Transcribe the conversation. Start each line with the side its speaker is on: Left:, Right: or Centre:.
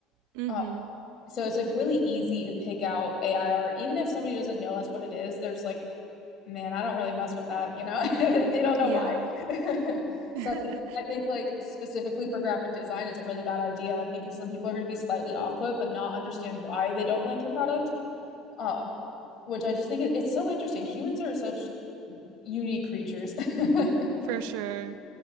Right: <laughs> mm
Left: Uh,
Right: hmm.
Left: so it's like really easy to pick out AI art, even if somebody doesn't know us what it is. There's like man, I don't really mess with that, you know? <laughs> They don't know
Right: Yeah.
Left: why. <laughs> So
Right: <laughs> mm-hmm.
Left: I think I think like specifically for graphic design, it's a really bad idea because some people are going to be slightly off put but not understand why they don't like your product. Uh, which I just think it- it's so interesting. Humans are such unique creatures. <laughs>
Right: For sure.